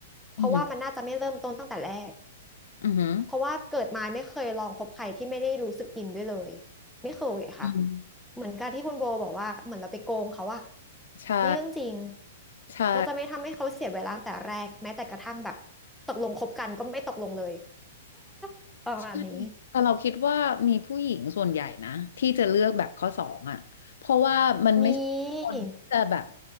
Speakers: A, in the centre; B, on the left (about 70°).
A: เพราะว่ามันน่าจะไม่เริ่มต้นตั้งแต่แรก
B: อือหืออือหือ
A: เพราะว่าเกิดมาไม่เคยลองคบใครที่ไม่ได้รู้สึกอินด้วยเลยไม่เคยค่ะ
B: อืม
A: เหมือนการที่คุณโบบอกว่าเหมือนเราไปโกงเขาอะ
B: ใช่
A: นี่เรื่องจริง
B: ใช่
A: เราจะไม่ทำให้เขาเสียเวลาตั้งแต่แรกแม้แต่กระทั่งแบบตกลงคบกันก็ไม่ตกลงเลย <laughs> ประมาณนี้
B: ใช่แต่เราคิดว่ามีผู้หญิงส่วนใหญ่นะที่จะเลือกแบบข้อสองอ่ะเพราะว่ามันไม่ใช่คนที่จะแบบ
A: มี